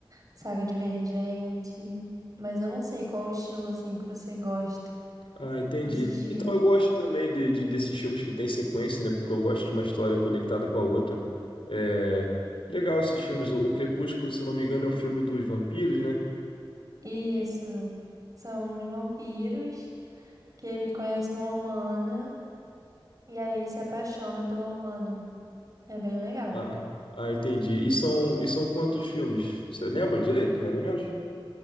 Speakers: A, on the right (about 40°); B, on the left (about 85°).
A: saga Divergente, mas eu não sei qual o estilo, assim, que você gosta
B: Ah, entendi.
A: de assistir.
B: Então eu gosto também de, de- desses filmes que tem sequência, né? Porque eu gosto de uma história conectada com a outra. É... Legal esses filmes. O, o Crepúsculo, se não me engano, é o filme dos vampiros, né?
A: Isso, são de vampiros, que ele conhece uma humana, e aí ele se apaixona pela humana. É bem legal.
B: Ah, ah, entendi. E são, e são quantos filmes? Você lembra direito, mais ou menos?